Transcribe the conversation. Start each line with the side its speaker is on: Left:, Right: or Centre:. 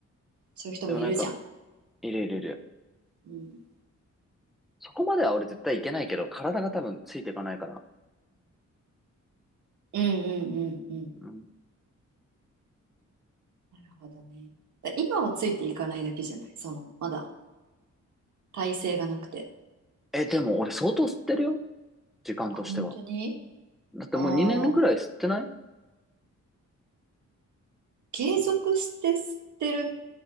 Right: そういう人もいるじゃん。
Centre: でもなんか、いるいるいる。
Right: うん。
Centre: そこまでは俺絶対いけないけど、体が多分ついていかないから。
Right: うんうんうんうん。
Centre: うん。
Right: なるほどね。だ今はついていかないだけじゃないその、まだ体勢がなくて。
Centre: え、でも俺相当吸ってるよ。時間としては。
Right: あ、本当に
Centre: だってもう2年ぐらい吸ってない
Right: ああー、継続して吸ってる